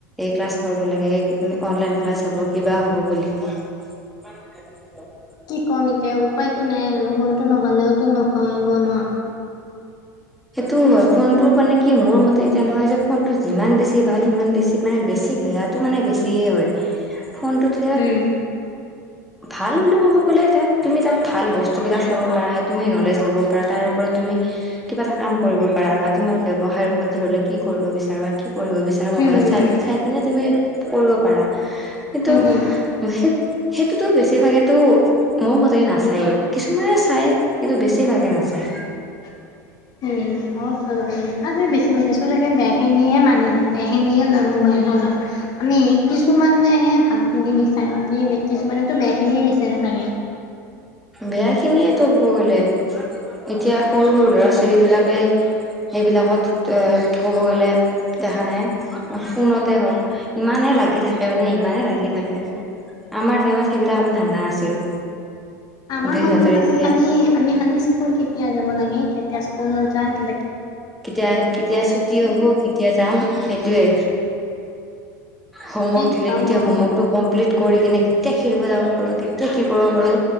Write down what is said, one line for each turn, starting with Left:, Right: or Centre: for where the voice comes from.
Centre: এই ক্লাছ কৰিব লাগে এই অনলাইন ক্লাছ হ'ব কিবা হ'ব বুলি অ <unintelligible>
Left: কি কম এতিয়া উপায়তো নাই আৰু ফোনটো নহলেওতো নহয় ন
Centre: সেইটো হয় ফোনটো মানে কি মোৰ মতে তেনেকুৱা যে ফোনতটো যিমান বেছি ভাল সিমান বেছি মানে বেছি বেয়াটো মানে বেছি হয় ফোনটো তেতিয়া
Left: উম,
Centre: ভাল বুলি ক'ব গ'লে এতিয়া তুমি তাত ভাল বস্তুবিলাক চব পাৰা তুমি নলেজ লব পাৰা তাৰ ওপৰত তুমি কিবা এটা কাম- কৰিব পাৰা বা তোমাৰ ব্যৱায় ওপৰত ধৰি লও কি কৰিব বিচাৰ বা কি পঢ়িব বিচাৰা মোবাইলত
Left: উম, উম,
Centre: চাই
Left: উম,
Centre: চাই কিনে তুমি- কৰিব প কিন্তু
Left: উম, উম।
Centre: সেই সেইটোতো বেছি- বেছিভাগেতো মোৰ মতে নাচায়েই কিছুমানে চাই কিন্তু বেছিভাগে নাচায়।
Left: হয় উম বহুত হয় তাৰ মানে আজি বেছি ভাগছো চাগে বেয়া খিনিয়ে মানি লয় বেয়া খিনিয়ে লয় মোবাইল আমি কিছুমানেহে ভাল খিনি মিক্স মতি কিছুমানো বেয়া খিনিয়ে বিচাৰে সচাঁকে
Centre: বেয়া খিনিয়ে তো ক'ব গলে এতিয়া সৰু সৰু ল'ৰা ছোৱালী বিলাকে সেইবিলাকত তো ক'ব গলে দেখা নাই ফোনতে হওঁক ইমানে লাগি থাকে মানে ইমানে লাগি থাকে আমাৰ টাইমত সেইবিলাক আমাৰ ধান্দা নাছিল।
Left: আমাৰ
Centre: কিন্তু
Left: সময়ত
Centre: সিহঁতৰ
Left: আমি
Centre: এতিয়া
Left: খালি আমি খালি স্কুল কেতিয়া যাব লাগে কেতিয়া স্কুল নাযাওঁ কে
Centre: কেতিয়া কেতিয়া ছুটি হব কেতিয়া যাম- সেইটোয়ে হোমৱৰ্ক
Left: একদম
Centre: দিলে কেতিয়া হোমৱৰ্কতটো কমপ্লিট- কৰি কিনে কেতিয়া খেলিব যাব পাৰোঁ কেতিয়া কি কৰিব পাৰো